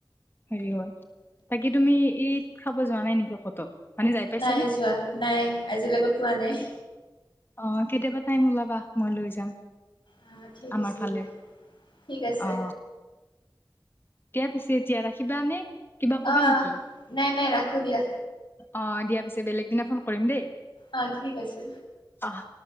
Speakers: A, on the left (about 30°); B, on the left (about 90°).
A: হেৰি হয়, বাকি তুমি ঈদ খাব যোৱা নাই নেকি কতো? মানে যাই পাইছানে
B: নাই যোৱা নাই, আজিলৈকে পোৱা নাই।
A: অ কেতিয়াবা টাইম ওলাবা, মই লৈ যাম।
B: আহ ঠিক
A: আমাৰ
B: আছে
A: ফালে
B: দিয়া ঠিক আছে
A: অ। এতিয়া পিছে এতিয়া ৰাখিবা নে কিবা কবা
B: আহ
A: নেকি?
B: নাই নাই ৰাখো দিয়া
A: অ দিয়া পিছে, বেলেগ দিনা ফোন কৰিম দেই।
B: অ ঠিক আছে।
A: অহ।